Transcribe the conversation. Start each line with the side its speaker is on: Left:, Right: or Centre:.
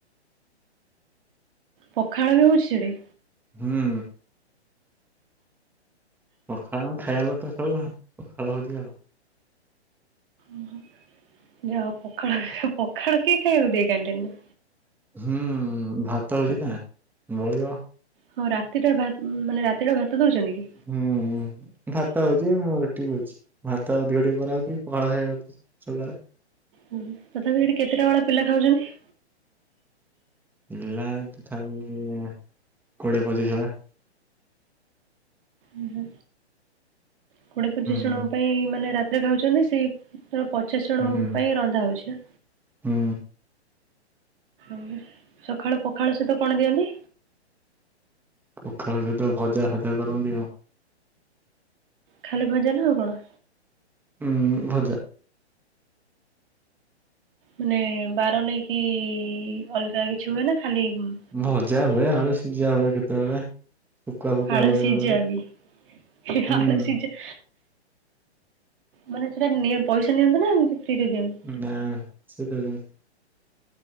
Right: ପଖାଳ ବି ହଉଛି ସେଠି।
Centre: ହୁଁ। ପଖାଳ ଆମେ ଖାଇବା ଲୋକ ସବୁ, ପଖାଳ ହଉଛି ଆଉ।
Right: ଉଁ ହୁଁ, ଯାହା ହଉ ପଖାଳ ପଖାଳ କିଏ ଖାଇବକୁ ଦିଏ କ୍ୟାଣ୍ଟିନରେ।
Centre: ହୁଁ ଭାତ ହଉଛି ନା ବଳିବ।
Right: ହଁ ରାତିଟା ଭାତ୍ ମାନେ ରାତିଟା ଭାତ ଦଉଛନ୍ତି କି।
Centre: ହୁଁ। ଭାତ ହଉଛି ଉଁ ରୁଟି ହଉଛି, ଭାତ ଅଧିକ ଟିକେ କରାହଉଛି ପହାଳ ଖାଇବେ ବୋଲି ସକାଳେ।
Right: ହୁଁ ତଥାପି ସେଠି କେତେଟା ଭଳିଆ ପିଲା ଖାଉଛନ୍ତି?
Centre: ପିଲା ତଥାପି କୋଡିଏ ପଚିଶ ଭଳିଆ।
Right: ଉଁ ହୁଁ, କୋଡିଏ ପଚିଶ
Centre: ହୁଁ
Right: ଜଣଙ୍କ ପାଇଁ ମାନେ ରାତିରେ ଖାଉଛନ୍ତି ସେଇ। ଧର ପଚାଶ ଜଣଙ୍କ
Centre: ହୁଁ।
Right: ପାଇଁ ରନ୍ଧା ହଉଛି ନା।
Centre: ହୁଁ
Right: ଆଉ ସଖାଳୁ ପଖାଳ ସହିତ କଣ ଦିଅନ୍ତି?
Centre: ପଖାଳ ସହିତ ଭଜା ଫଜା କରନ୍ତି ଆଉ।
Right: ଖାଲି ଭଜା ନା ଆଉ କଣ।
Centre: ଉଁ ଭଜା।
Right: ମାନେ ବାର ନେଇକି ଅଲଗା କିଛି ହୁଏ ନା ଖାଲି ଉଁ।
Centre: ଭଜା ହୁଏ ଆଳୁ ସୀଝା ହୁଏ କେତେବେଳେ। ଶୁଖୁଆ ଫୁକୁଆ
Right: ଆଳୁ
Centre: ହୁଏ
Right: ସିଜା
Centre: ବେଳେବେଳେ
Right: ହୁଏ
Centre: ହୁଁ
Right: ଆଳୁ ସିଜା। ମାନେ ସେଇଟା ନିଅ ପଇସା ନିଅନ୍ତୁ ନା ଏମିତି ଫ୍ରିରେ ଦିଅନ୍ତି।
Centre: ନା ନା ସେ ଦଉଛନ୍ତି।